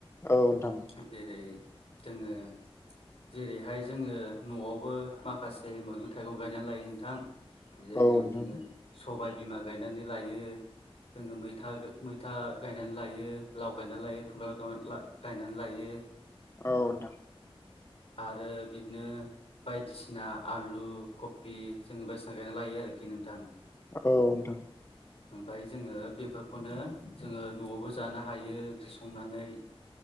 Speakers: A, on the left (about 25°); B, on the left (about 75°).
A: औ नोंथां।
B: जेरै जोङो जेरैहाय जोङो न'आवबो माखासे मैगं थाइगं गायनानै लायो नोंथां। जेरै
A: औ नोंथां औ नोंथां
B: जोङो सबाय बिमा गायनानै लायो जोङो मैथा मैथा गायनानै लायो। लाव गायनानै लायो खुमब्रा गावना ला गायनानै लायो।
A: औ नोंथां।
B: आरो बिदिनो बायदिसिना आलु कबि जोंङो बायदिसिना गायना लायो आरोखि नोंथां।
A: औ नोंथां।
B: ओमफाय जोङो बेफोरखौनो जोङो न'आवबो जानो हायो ओंख्रि संनानै